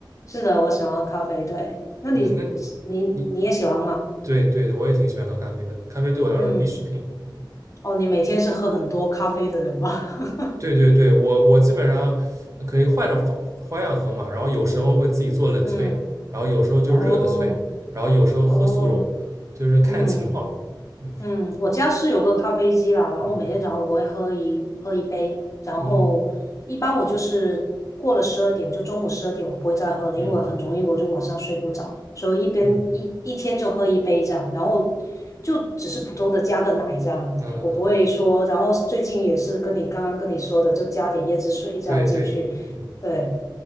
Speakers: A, on the left; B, on the right.
A: 是的，我喜欢喝咖啡。对，那你你你也喜欢吗？
B: 嗯，那你对对，我也挺喜欢喝咖啡的，咖啡对我来说是必需品。
A: 嗯，
B: 嗯，
A: 哦，你每天是喝很多咖啡的人吗？<laughs>
B: 对对对，我我基本上可以换着方花样喝嘛，然后有时候会自己做冷萃，
A: 嗯，
B: 然后有时候就热的萃，
A: 哦
B: 然后有时候喝速溶，
A: 哦，
B: 就是看情况。
A: 嗯，
B: 嗯
A: 嗯，我家是有个咖啡机啦，然后每天早上我会喝一喝一杯，
B: 嗯嗯
A: 然后一般我就是过了十二点，
B: 嗯
A: 就中午十二点我不会再喝了，
B: 嗯嗯
A: 因为很容易我就晚上睡不着，所以一边一一天就喝一杯这样，
B: 嗯
A: 然后就只是普通的加个奶这样，
B: 嗯嗯，
A: 我不会说，然后最近也是跟你刚刚跟你说的，就加点椰子水这样进去，
B: 对对，嗯。
A: 对，